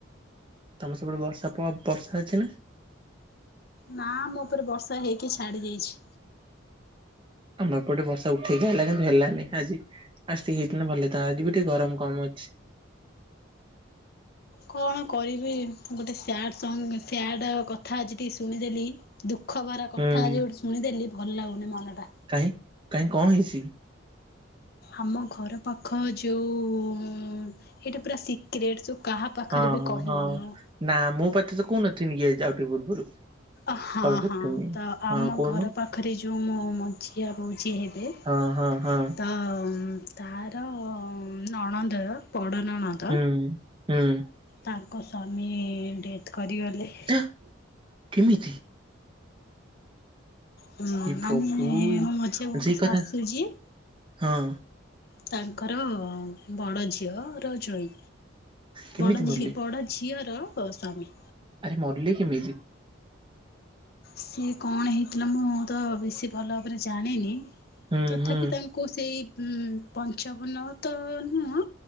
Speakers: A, on the right; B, on the left.
A: ତମର ସପଟେ ବର୍ଷା ପ ବର୍ଷା ହେଉଛି ନା?
B: ନା ଆମ ଉପରେ ବର୍ଷା ହେଇକି ଛାଡି ଯାଇଛି।
A: ଆମର ଏପଟେ ବର୍ଷା ଉଠେଇକି ଆଇଲା କିନ୍ତୁ ହେଲାନି ଆଜି। ଆସିକି ହେଇଥିନ ଭଲ ହେଇଥାନ୍ ଆଜି ବି ଟିକେ ଗରମ କମ ଅଛି।
B: କଣ କରିବି ଗୋଟେ ସ୍ୟାଡ଼୍ ସଙ୍ଗ ସ୍ୟାଡ଼୍ କଥା ଆଜି ଟିକେ ଶୁଣିଦେଲି। ଦୁଃଖ ଭରା କଥା
A: ହୁଁ
B: ଆଜି ଗୋଟେ ଶୁଣିଦେଲି ଭଲ ଲାଗୁନି ମନଟା।
A: କାହିଁ କାହିଁ କଣ ହେଇଛି କି?
B: ଆମ ଘର ପାଖ ଯୋଉ ଏଇଟା ପୁରା ସିକ୍ କ୍ରେଟ୍ କାହା ପାଖରେ
A: ହଁ
B: ବି
A: ହଁ
B: କହିବୁନୁ।
A: ହଁ ନା ମୁଁ ପା ତତେ କହୁନଥିଲି କି ଆଜି ଆଉ ଟିକେ ପୂର୍ବରୁ।
B: ଅଁ ହଁ
A: କଲ୍ କରିଥିଲି।
B: ହଁ ତ
A: ହଁ
B: ଆମ
A: କହୁନୁ
B: ଘର ପାଖରେ ଯୋଉ ମୋ ମଝିଆ ବୋଉ ଯିଏ ହେବେ
A: ହଁ ହଁ
B: ତ ତାର ନଣନ୍ଦ ର ବଡ ନଣନ୍ଦ
A: ହୁଁ ହୁଁ
B: ତାଙ୍କ ସ୍ୱାମୀ ଡେଥ୍ କରିଗଲେ।
A: ଆ କେମିତି?
B: ହୁଁ
A: ହେ
B: ମାନେ
A: ପ୍ରଭୁ
B: ମୋ ମଝିଆ ବୋଉ
A: ସେଇ
B: ଙ୍କ
A: କଥା
B: ଶାଶୁ ଯିଏ
A: ହଁ।
B: ତାଙ୍କର ବଡ ଝିଅ ର ଜୋଇଁ।
A: କେମିତି
B: ବଡ
A: ମରିଲେ
B: ଝି ବଡ ଝିଅର ସ୍ଵାମୀ।
A: ଆରେ ମରିଲେ କେମିତି?
B: ସିଏ କଣ ହେଇଥିଲା ମୁଁ ତ ବେଶୀ ଭଲ ଭାବରେ ଜାଣିନି।
A: ହୁଁ
B: ତଥାପି
A: ହୁଁ
B: ତାଙ୍କୁ କୁ ସେଇ ଉଁ ପଂଚାବନ ତ ନୁହଁ